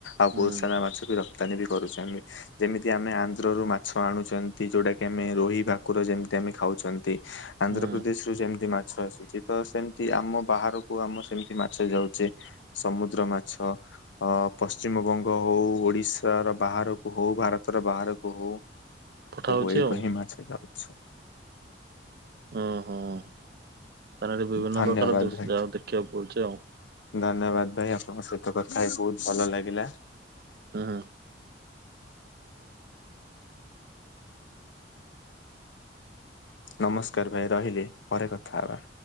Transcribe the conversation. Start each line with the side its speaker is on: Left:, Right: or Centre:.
Left: ଆଉ
Right: ହୁଁ
Left: ବହୁତ୍ ସାରା ମାଛ ବି ରପ୍ତାନୀ ବି କରୁଛନ୍ତି। ଯେମିତି ଆମେ ଆନ୍ଧ୍ର ରୁ ମାଛ ଆଣୁଛନ୍ତି ଯୋଉଟା କି ଆମେ ରୋହି ଭାକୁର ଯେମିତି ଆମେ ଖାଉଛନ୍ତି। ଆନ୍ଧ୍ର
Right: ହୁଁ
Left: ପ୍ରଦେ ସେମତି ମାଛ ଆସୁଛି ତ ସେମତି ଆମ ବାହାରକୁ ଆମ ସେମିତି ମାଛ ଯାଉଛେ ସମୁଦ୍ର ମାଛ। ଅ ପଶ୍ଚିମବଙ୍ଗ ହଉ, ଓଡିଶାର ବାହାରକୁ ହଉ, ଭାରତର ବାହାରକୁ ହଉ
Right: ପଠା
Left: ସବୁ
Right: ହଉଛି
Left: ଏଇଠୁ
Right: ଆଉ
Left: ହିଁ ମାଛ ଯାଉଛି।
Right: ଓହୋ ତାଲେ ଏଠି ବିଭିନ୍ନ
Left: ଧନ୍ୟବାଦ
Right: ପ୍ରକାର ଦୃସ୍
Left: ଭାଇ।
Right: ଯାହା ଦେଖିବାକୁ ପଡୁଛି ଆଉ।
Left: ଧନ୍ୟବାଦ ଭାଇ ଆପଣଙ୍କ ସହିତ କଥା ହେଇ ବହୁତ ଭଲ ଲାଗିଲା।
Right: ହୁଁ ହୁଁ।
Left: ନମସ୍କାର ଭାଇ ରହିଲି ପରେ କଥା ହେବା।